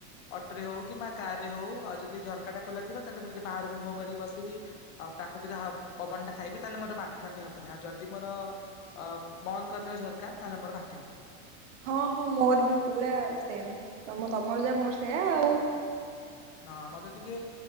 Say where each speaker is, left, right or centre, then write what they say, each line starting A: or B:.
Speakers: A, on the left; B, on the right.
A: ଅଟୋ ରେ ହଉ କିମ୍ବା କାର ରେ ହଉ ଆଉ ଯଦି ଝରକା ଟା ଖୋଲା ଥିବ ତାହେଲେ ମୁଁ ଯଦି ବାହାରକୁ ମୁହଁ କରିକି ବସିବି ଆଉ ପ୍ରାକୃତିକ ହା ପବନ ଟା ଖାଇବି ତାହେଲେ ମୋର ବାନ୍ତି ଫାନ୍ତି ହବନି ଆଉ ଯଦି ମୋର ଅ ବନ୍ଦ କରିଦେଲେ ଝରକା ତାହେଲେ ମୋର ବାନ୍ତି ହବ।
B: ହଁ ହଁ ମୋର ବି ପୁରା ସେମେ୍ ତମ ତମର ଯା ମୋର ସେୟା ଆଉ।
A: ହଁ ମତେ ଟିକେ